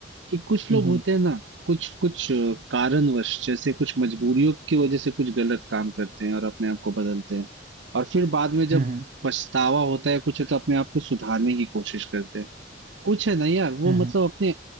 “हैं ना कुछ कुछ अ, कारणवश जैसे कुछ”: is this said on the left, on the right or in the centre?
Right